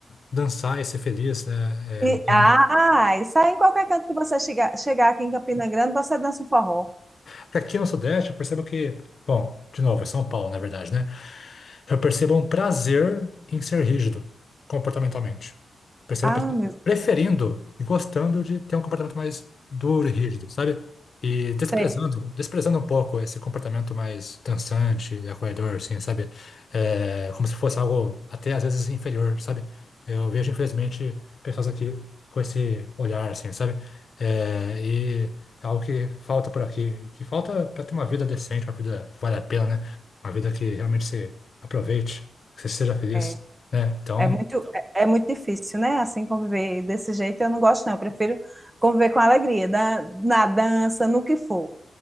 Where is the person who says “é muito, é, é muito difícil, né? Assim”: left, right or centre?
Right